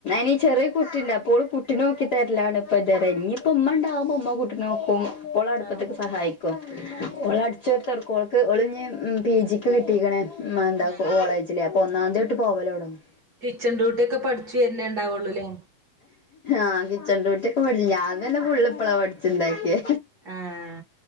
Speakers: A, on the left (about 75°); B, on the right (about 50°).
A: നീ ചെറിയ കുട്ടിയുണ്ട് അപ്പോൾ കുട്ടി നോക്കി തരലാണ് ഇപ്പ ഇത് വരെ ആയിട്ട് ഇനി- അപ്പ ഉമ്മ ഉണ്ടാകുമ്പോൾ ഉമ്മ കൂട്ടിയെ നോക്കും അപ്പോൾ അടുപ്പത്തേക്ക്
B: ആഹ്
A: സഹായിക്കും ഓള് അടിച്ചോരി തൊടക്കും ഓൾക്ക്‌ ഒളിഞ് പി ജി ക്ക് കിട്ടീക്കണേ മ എന്താ
B: ആഹ്
A: കോളേജിലെ അപ്പൊ ഒന്നാം തീയതി തോട്ട് പോവലോടങ്ങും
B: കിച്ചൺ ഡ്യൂട്ടിക്കെ പഠിച്ചു വരുന്നേ ഉണ്ടാവുള്ളൂല്ലേ
A: ആഹ് കിച്ചൺ ഡൂട്ടിയൊക്കെ പഠിച്ചു ഞാൻ തന്നെ ഫുള്ള് ഇപ്പള പഠിച്ചുണ്ടാക്കിയേ
B: ആഹ്